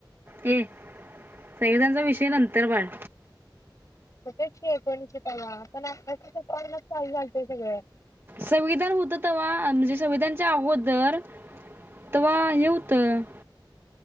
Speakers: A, on the right; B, on the left.
A: ये, संविधानचा विषय नंतर बाळ.
B: म तेच की एककोनिशे पन्नास पण आत्ताच <unintelligible>
A: संविधान होत तव्हा, म्हणजे संविधान- च्या अगोदर. तेव्हा हे होतं